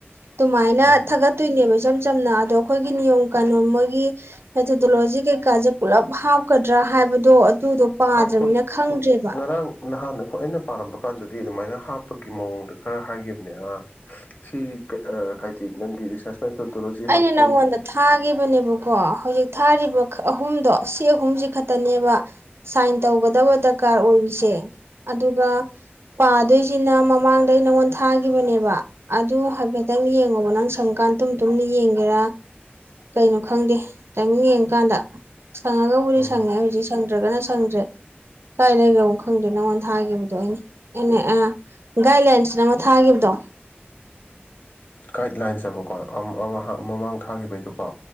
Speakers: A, on the right; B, on the left.
A: ꯑꯗꯨꯃꯥꯏꯅ
B: ꯎꯝ
A: ꯊꯥꯒꯠꯇꯣꯏꯅꯦꯕ ꯁꯝ ꯆꯝꯅ ꯑꯗꯣ ꯑꯩꯈꯣꯏꯒꯤ ꯅꯤꯌꯣꯝ ꯀꯥꯅꯣ ꯑꯃꯒꯤ ꯄꯦꯊꯦꯗꯣꯂꯣꯖꯤ ꯀꯩ ꯀꯥꯖꯦ ꯄꯨꯂꯞ ꯍꯥꯞ ꯀꯗ꯭ꯔꯥ ꯍꯥꯏꯕꯗꯣ ꯑꯗꯨꯗꯣ ꯄꯥꯗ꯭ꯔꯕꯅꯤꯅ
B: ꯍꯥꯄ
A: ꯈꯪꯗ꯭ꯔꯦꯕ
B: ꯉꯔꯥꯡ ꯅꯍꯅ ꯍ ꯑꯩꯅ ꯄꯥꯔꯝꯕ ꯀꯥꯟꯗꯗꯤ ꯑꯗꯨꯃꯥꯏꯅ ꯍꯥꯞꯄꯒꯤ ꯃꯑꯣꯡꯗ ꯈꯔ ꯍꯥꯏꯈꯤꯕꯅꯦ ꯑ ꯁꯤ ꯍꯥꯏꯗꯤ ꯅꯪꯒꯤ ꯔꯤꯁꯔꯁ ꯃꯦꯊꯣꯗꯣꯂꯣꯖꯤ
A: ꯑꯩꯅ
B: ꯍꯥꯞꯄꯨ
A: ꯅꯪꯉꯣꯟꯗ ꯊꯥꯒꯤꯈꯤꯕꯅꯦꯕꯀꯣ ꯍꯧꯖꯤꯛꯇ ꯊꯥꯔꯤꯕ ꯑꯍꯨꯝꯗꯣ ꯁꯤ ꯑꯍꯨꯝꯁꯤ ꯈꯛꯇꯅꯦꯕ ꯁꯥꯏꯟ ꯇꯧꯒꯗꯕ ꯗꯔꯀꯥꯔ ꯑꯣꯏꯔꯤꯁꯦ ꯑꯗꯨꯒ ꯄꯥꯗꯣꯏꯁꯤꯅ ꯃꯃꯥꯡꯗꯩ ꯅꯪꯉꯣꯟ ꯊꯥꯈꯤꯕꯅꯦꯕ ꯑꯗꯨ ꯍꯥꯏꯐꯦꯠꯇꯪ ꯌꯦꯡꯉꯣꯕ ꯅꯪ ꯁꯪ ꯀꯥꯟ ꯇꯨꯝ ꯇꯨꯝꯅ ꯌꯦꯡꯒꯦꯔꯥ ꯀꯩꯅꯣ ꯈꯪꯗꯦ ꯇꯥꯏꯃꯤꯡ ꯌꯦꯡ ꯀꯥꯟꯗ ꯁꯥꯡꯒꯣ ꯋꯥꯔꯤꯔꯤ
B: ꯎꯝ
A: ꯁ ꯍꯧꯖꯤ ꯁ ꯐꯠꯇ꯭ꯔꯒꯅ ꯁꯪꯗ꯭ꯔꯦ ꯀꯥꯏ ꯂꯩꯒꯣ ꯈꯪꯗꯦ ꯅꯪꯉꯣꯟꯗ ꯊꯥꯈꯤꯕꯗꯣ ꯑꯩꯅ ꯑꯦꯅꯦ ꯑꯦ ꯒꯥꯏꯗꯂꯥꯏꯟꯁꯅ ꯑꯃ ꯊꯥꯈꯤꯕꯗꯣ <inaudible>
B: ꯥꯏꯗꯂꯥꯏꯟꯁꯕ ꯀꯣ ꯃꯃꯥꯡ ꯊꯥꯈꯤꯕꯩꯗꯣ